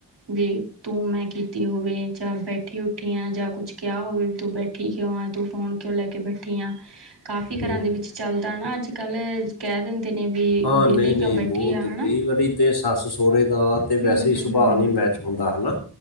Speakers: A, on the right; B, on the left.
A: ਵੀ ਤੂੰ ਮੈਂ ਕਿ ਸੁੱਤੀ ਹੋਵੇ ਜਾਂ ਬੈਠੀ ਉੱਠੀ ਆ ਜਾਂ ਕੁਛ ਕਿਹਾ ਹੋਵੇ ਤੂੰ ਬੈਠੀ ਕਿਉਂ ਆਂ ਤੂੰ ਫੋਨ ਕਿਉਂ ਲੈ ਕੇ ਬੈਠੀ ਆ ਕਾਫ਼ੀ
B: ਹੂੰ।
A: ਘਰਾਂ ਦੇ ਵਿੱਚ ਚੱਲਦਾ ਹਨਾ, ਅੱਜ ਕੱਲ੍ਹ ਕਹਿ ਦਿੰਦੇ ਨੇ ਵੀ
B: ਹਾਂ
A: ਵੇਹਲੀ
B: ਨਹੀਂ
A: ਕਿਉਂ
B: ਨਹੀਂ
A: ਬੈਠੀ
B: ਬਹੁਤ
A: ਆ ਹਨਾ।
B: ਕਈ ਵਾਰੀ ਤੇ ਸੱਸ ਸਹੁਰੇ ਦਾ ਤੇ ਵੈਸੇ
A: ਹੂੰ
B: ਹੀ
A: ਹੂੰ
B: ਸੁਭਾਅ
A: ਹੂੰ
B: ਨੀ ਮੈ ਹੁੰਦਾ ਹਨਾ